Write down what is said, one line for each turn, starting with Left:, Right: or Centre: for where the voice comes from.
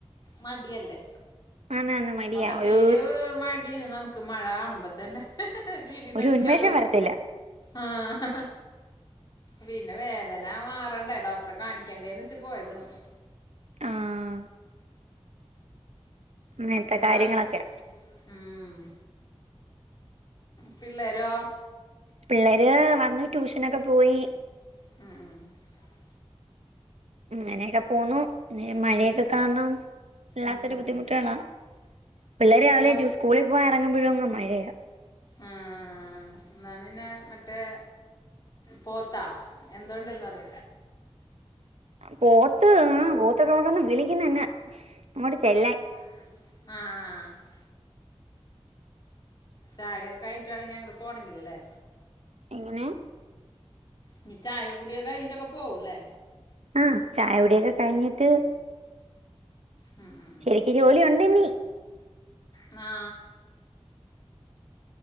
Left: മടിയല്ലേ
Right: ആന്ന് ആന്ന് മടിയാ
Left: മൊത്തത്തില്
Right: ഒരു
Left: മഴ തീൻ നമുക്ക് മഴ കാണുമ്പോ തന്നെ വീട്ട
Right: ഒരു
Left: തന്നെരിക്കാൻ
Right: ഉന്മേഷം വരത്തില്ല
Left: ആഹ് പിന്നെ വേദന മാറണ്ടേ ഡോക്ടറെ കാണിക്കണ്ടേന്ന് വച്ച് പോയതാണ്.
Right: ആഹ് അങ്ങനത്തെ
Left: പിന്നെന്താണ്
Right: കാര്യങ്ങളൊക്കെ
Left: മ്മ് പിള്ളേരോ?
Right: പിള്ളേര് വന്ന് ട്യൂഷനൊക്കെ പോയി.
Left: മ്മ്.
Right: അങ്ങനെയൊക്കെ പോന്നു നി മഴയൊക്കെ
Left: ഉം
Right: കാണണം- വല്ലാത്തൊരു
Left: ഉം ഉം
Right: ബുദ്ധിമുട്ടാണ്
Left: ഉം
Right: പിള്ളേര് രാവിലെ
Left: പോത്ത്
Right: റ്റ് സ്കൂളിൽ പോയി എറങ്ങുബൊഴും അങ്ങ് മഴയ
Left: ആഹ് ന്നാ പിന്നെ മറ്റേ? പോത്താ എന്തോണ്ടന്നറി
Right: പോത്ത് മ് പോത്തക്കക്കൊന്ന് വിളിക്കന്ന തന്നെ അങ്ങോട്ട് ചെല്ലാൻ
Left: ആഹ് ആഹ് ചാടിയൊക്കെ കഴിഞ്ഞട്ടാവാണ നി ങ്ങട്ട് പോണങ്കില് ലെ
Right: എങ്ങനെ?
Left: ഇനി ചായ കുടിയൊക്കെ കഴിഞ്ഞിട്ടൊക്കെ പോവുലെ?
Right: ആഹ് ചായവിടെയൊക്കെ കഴിഞ്ഞിട്ട്-
Left: മ് മ്
Right: ശരിക്ക് ജോലി ഉണ്ട് ഇനി
Left: മ് ആ